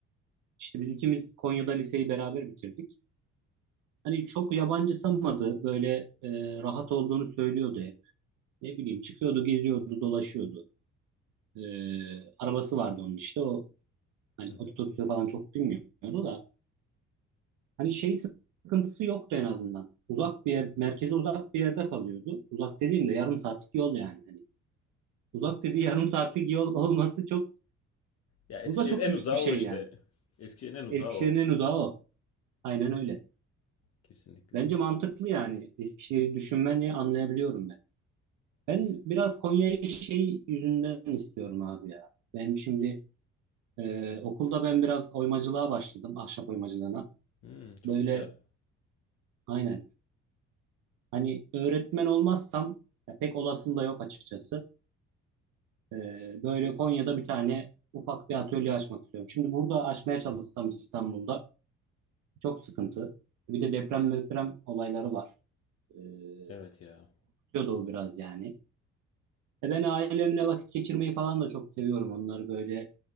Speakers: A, on the right; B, on the left.
A: işte biz ikimiz Konya'da liseyi beraber bitirdik. Hani çok yabancısamadı. Böyle e, rahat olduğunu söylüyordu hep. Ne bileyim çıkıyordu, geziyordu, dolaşıyordu. Ee, arabası vardı onun işte. O hani
B: Hı hı.
A: otobüse falan çok binmiyordu da. Hani şey sıkıntısı yoktu en azından. Uzak bir yer, merkeze uzak bir yerde kalıyordu. Uzak dediğimde yarım saatlik yol yani. hani. Uzak dediği <laughs> yarım saatlik yol olması çok,
B: Ya Eskişehir'in
A: bu da çok
B: en
A: lüks
B: uzağı
A: bir şey
B: o işte.
A: yani.
B: Eskişehir'in en uzağı
A: Eskişehir'in
B: o.
A: en uzağı o. Aynen öyle.
B: Kesinlikle.
A: Bence mantıklı yani. Eskişehir'i düşünmeni anlayabiliyorum ben. Ben
B: Kesin.
A: biraz Konya'yı şey yüzünden istiyorum abi ya. Benim şimdi e, okulda ben biraz oymacılığa başladım. Ahşap oymacılığına.
B: Hmm, çok
A: Böyle
B: güzel.
A: aynen. Hani öğretmen olmazsam ya pek olasım da yok açıkçası. E, böyle Konya'da bir tane ufak bir atölye açmak istiyorum. Şimdi burada açmaya çalışsam İstanbul'da Çok sıkıntı. Bir de deprem deprem olayları var. Ee,
B: Evet ya.
A: tutuyordu o biraz yani. E ben ailemle vakit geçirmeyi falan da çok seviyorum. Onları böyle